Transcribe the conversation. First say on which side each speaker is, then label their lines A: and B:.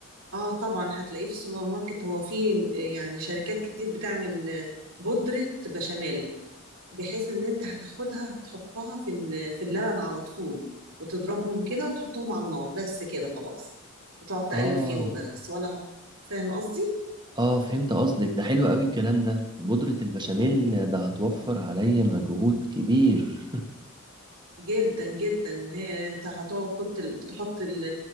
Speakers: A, on the right; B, on the right.
A: اه طبعا هتلاقيه في السوبر ماركت هو فيه يعني شركات كتير بتعمل بودرة بشاميل بحيث ان انت هتاخدها هتحطها في ال- في اللبن على طول وتضربهم كده وتحطهم على النار بس كده خلاص وتقعد تقلب
B: اه
A: فيهم بس ولا فاهم قصدي؟
B: اه فهمت قصدك ده حلو قوي الكلام ده بودرة البشاميل
A: اه
B: ده هتوفر عليا مجهود كبير
A: جدا جدا هي انت هتقعد كنت ال- تحط ال-